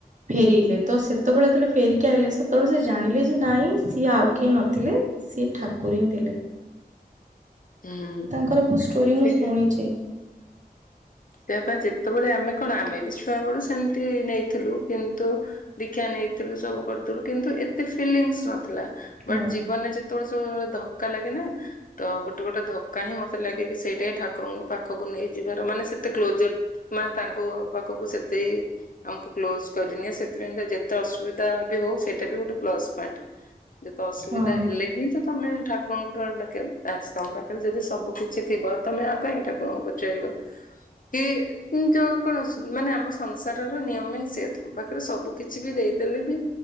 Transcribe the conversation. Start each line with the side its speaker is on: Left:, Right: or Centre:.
Right: ଫେରିଲେ ତ ସେତବେଳେ ଯେତଳେ ଫେରିକି ଆଇଲେ ସେତବେଳେ ସେ ଜାଣିଲେ ଯେ ନାଇଁ ସିଏ ଆଉ କିଏ ନଥିଲେ ସିଏ ଠାକୁର ହିଁ ଥିଲେ।
Left: ହୁଁ।
Right: ତାଙ୍କର ବୋହୁ ଷ୍ଟୋରି
Left: ସେ
Right: ମୁଁ ଶୁଣିଚି।
Left: ତେ ପାଇଁ ଯେତୋବେଳେ ଆମେ କଣ ଆମେ ବି ଛୁଆ ବେଳୁ ସେମିତି ନେଇଥିଲୁ କିନ୍ତୁ ଦୀକ୍ଷା ନେଇଥିଲୁ ସବୁ କରୁଥିଲୁ କିନ୍ତୁ ଏତେ ଫିଲିଙ୍ଗସ୍ ନଥିଲା
Right: ହୁଁ
Left: ବଟ୍ ଜୀବନରେ ଯେ ତୋଳେ ସବୁ ଧକ୍କା ଲାଗେ ନା ତ ଗୋଟେ ଗୋଟେ ଧକ୍କା ହିଁ ମତେ ଲାଗେ କି ସେଇଟା ହିଁ ଠାକୁରଙ୍କ ପାଖକୁ ନେଇଯିବାର ମାନେ ସେ ତେ କ୍ଲୋଜର ମାନେ ତାଙ୍କ ପାଖକୁ ସେତେ ଆମକୁ କ୍ଲୋଜ କରିନିଏ ସେଥିପାଇଁ ତ ଯେତେ ଅସୁବିଧା ବି ହଉ ସେଇଟା ବି ଗୋଟେ ପ୍ଲସ ପଏଣ୍ଟ। ଯେତେ ଅସୁବିଧା
Right: ହଁ
Left: ହେଲେ ହିଁ ତ ତମେ ଠାକୁରଙ୍କ ଡ ଡକେ ଆଚ୍ ତମ ପାଖରେ ଯଦି ସବୁ କି ଛି ଥିବ ତମେ ଆଉ କାଇଁ ଠାକୁରଙ୍କୁ ପଚାରିବ କି ଯୋଉ କୌଣସି ମାନେ ଆମ ସଂସାରର ନିୟମ ହିଁ ସେ ତମ ପାଖରେ ସବୁ କିିଛି ବି ଦେଇଦେଲେ ବି